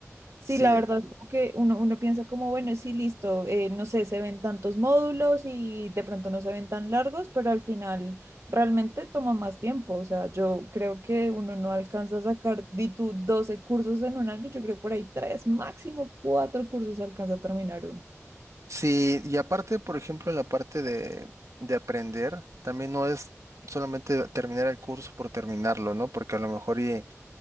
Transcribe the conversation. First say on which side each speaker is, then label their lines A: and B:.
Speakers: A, on the right; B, on the right.
A: Sí,
B: sí.
A: la verdad, como que uno, uno piensa como, bueno, sí, listo, eh, no sé, se ven tantos módulos y de pronto no se ven tan largos, pero al final realmente toma más tiempo. O sea, yo creo que uno no alcanza a sacar, di tú, 12 cursos en un año, yo creo por ahí tres, máximo cuatro cursos alcanza a terminar uno.
B: Sí, y aparte, por ejemplo, en la parte de, de aprender, también no es solamente terminar el curso por terminarlo, ¿no? Porque a lo mejor y